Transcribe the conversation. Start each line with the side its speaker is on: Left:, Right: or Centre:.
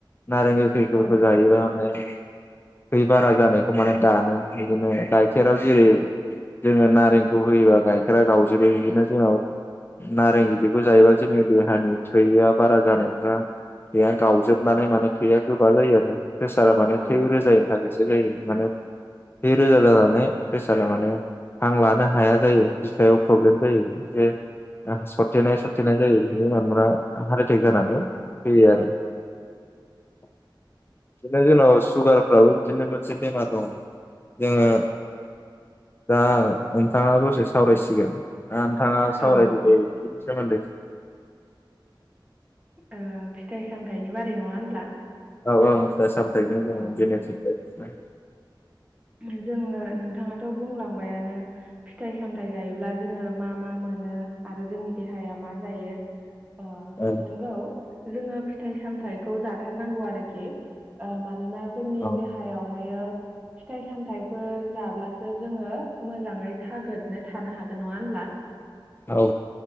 Left: नारें गोखैफोरखौ
Right: औ
Left: जायोबा माने थै बारा जानायखौ माने दानो बिदिनो गाइखेराव जेरै जोङो नारेंखौ होयोबा गाइखेरा गावजोबो बिदिनो जोंनाव नारें गिदिरखौ जायोबा जोंनि देहानि थैआ बारा जानायफ्रा थैया गावजोबनानै माने थैया गोबा जायो आरो ना । प्रेसारा माने
Right: औ
Left: थै रोजानि थाखायसो जायो माने थै रोजा जानानै प्रेसारा माने हां लानो हाया जायो बिखायाव प्रब्लेम जायो जे हां सरथेनाय सरथेनाय जायो बिनि उनाव हार्ट एटेक जानानै
Right: औ औ
Left: फैयो आरो ‌‌ बि दिनों जोंनाव सुगार फ्राबो बिदिनो मोनसे बेमार दं जोङो दा नोंथाङा दसे सावरायसिगोन दा नोंथाङा सावरायदो
Right: औ
Left: दे बिदिनो । सोमोन्दै ।
Right: ओ फिथाइ सामथायाइनि बारै नङा होनब्ला?
Left: औ औ फिथाइ सामथायाइ जों जोङो
Right: औ
Left: जेनेखि बायदिसिना ।
Right: <unintelligible> जोङो नोंथाङाथ' बुंलांबायानो फिथाइ सामथायाइ जायोब्ला जोङो मा मा मोनो मोनो आरो जोंनि देहाया मा जायो अ
Left: औ
Right: नंगौ जोङो फिथाइ सामथाइखौ जाथारनांगौ आरोखि ओ मान मानोना जोंनि
Left: औ
Right: देहायावहायो फिथाइ सामथायाइफोर जाब्लासो जोङो मोजाङै थागोदनो थानो हागोन नङा होमब्ला?
Left: औ